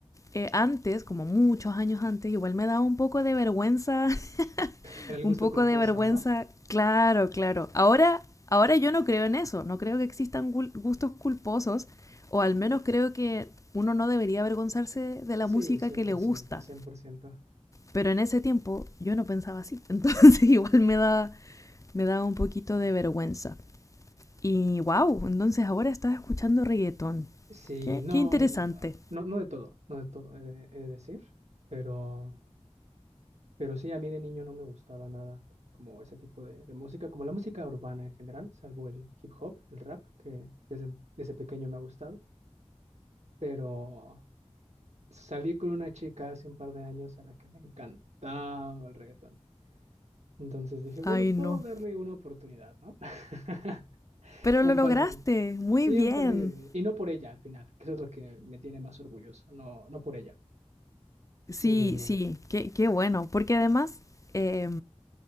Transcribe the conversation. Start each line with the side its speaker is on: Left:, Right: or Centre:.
Left: eh, antes, como muchos años antes, igual me daba un poco de vergüenza, <laughs>
Right: Era el
Left: un
Right: gusto
Left: poco
Right: culposo,
Left: de vergüenza,
Right: ¿no?
Left: claro, claro. Ahora, ahora yo no creo en eso, no creo que existan gul- gustos culposos, o al menos creo que uno no debería avergonzarse de la
Right: Sí,
Left: música
Right: cien cien
Left: que
Right: por
Left: le gusta.
Right: ciento cien por ciento
Left: Pero en ese tiempo yo no pensaba así, <laughs> entonces igual me da me daba un poquito de vergüenza. Y wow, entonces ahora estás escuchando reggaetón.
Right: Sí,
Left: Qué,
Right: no,
Left: qué interesante.
Right: no, no no de todo, no de todo, he de, he de decir, pero... Pero sí, a mí de niño no me gustaba nada como ese tipo de, de música, como la música urbana en general, salvo el hip hop, el rap, que desde, desde pequeño me ha gustado. Pero salí con una chica hace un par de años a la que le encantaba el reggaetón. Entonces dije, bueno,
Left: Ay,
Right: puedo
Left: no.
Right: darle una oportunidad, ¿no? <laughs>
Left: Pero
Right: Un
Left: lo lograste,
Right: par de...
Left: muy
Right: Sí,
Left: bien.
Right: un par de... Y no por ella al final, que eso es lo que me tiene más orgulloso, no, no por ella.
Left: Sí,
Right: Eh,
Left: sí, qué, qué bueno. Porque además, eh,